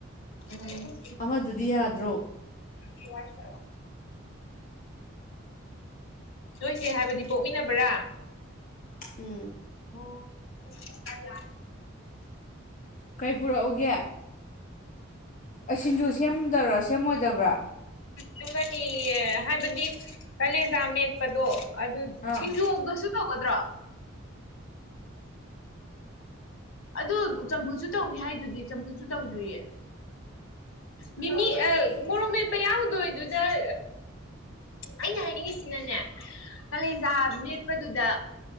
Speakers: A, on the left; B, on the left.
A: ꯎꯝ
B: ꯑꯃꯗꯗꯤ ꯌꯥꯗ꯭ꯔꯣ
A: ꯌ ꯋꯥ ꯁ ꯅꯣꯏꯁꯦ ꯍꯥꯏꯕꯗꯤ ꯄꯣꯛꯃꯤꯟꯅꯕ꯭ꯔꯥ
B: ꯎꯝ
A: ꯑꯣ ꯌꯥ
B: ꯀꯔꯤ ꯄꯨꯔꯛꯎꯒꯦ ꯑꯩ ꯁꯤꯡꯖꯨ ꯁꯦꯝꯗꯔ ꯁꯦꯝꯃꯣꯏꯗꯕ꯭ꯔꯥ
A: ꯆꯪꯒꯅꯤꯌꯦ ꯍꯥꯏꯕꯗꯤ ꯀꯂꯦꯖꯥ ꯃꯦꯠꯄꯗꯣ ꯑꯗꯨ ꯁꯤꯡꯖꯨꯒꯁꯨ
B: ꯑꯥ
A: ꯇꯧꯒꯗ꯭ꯔꯣ ꯑꯗꯨꯗ ꯆꯝꯐꯨꯠꯁꯨ ꯇꯧꯅꯤ ꯍꯥꯏꯗꯨꯗꯤ ꯆꯝꯐꯨꯠꯁꯨ ꯇꯧꯗ꯭ꯔꯤꯌꯦ ꯃꯤꯃꯤ ꯃꯣꯔꯣꯛ ꯃꯦꯠꯄ ꯌꯥꯎꯗꯣꯏꯗꯨꯗ ꯑ ꯑꯩꯅ ꯍꯥꯏꯅꯤꯡꯉꯤꯁꯤꯅꯅꯦ ꯀꯂꯦꯖꯥ ꯃꯦꯠꯄꯗꯨꯗ